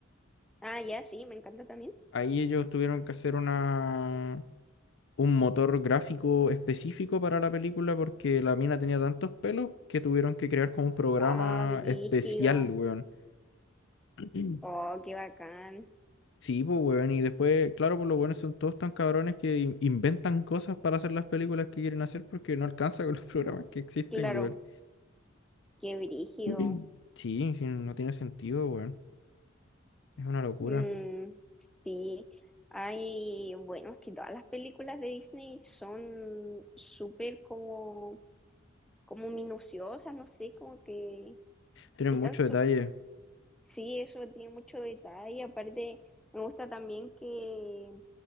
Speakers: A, in the centre; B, on the left.
A: Ah, ya, sí, me encanta también.
B: Ahí ellos tuvieron que hacer una un motor gráfico específico para la película porque la mina tenía tantos pelos que tuvieron que crear como un programa
A: Ah, brígido.
B: especial, weón. <clears throat>
A: Oh, qué bacán.
B: Sí, pues, weón, y después, claro, pues los buenos son todos tan cabrones que in- inventan cosas para hacer las películas que quieren hacer porque no alcanza con los <laughs> programas que existen,
A: Claro,
B: weón.
A: qué brígido.
B: <clears throat> Sí, sí, no tiene sentido, weón. Es una locura.
A: Mm, sí, hay, bueno, es que todas las películas de Disney son súper como, como minuciosas, no sé, como que
B: Tienen
A: están,
B: mucho
A: su-
B: detalle.
A: Sí, eso tiene mucho detalle. Aparte, me gusta también que,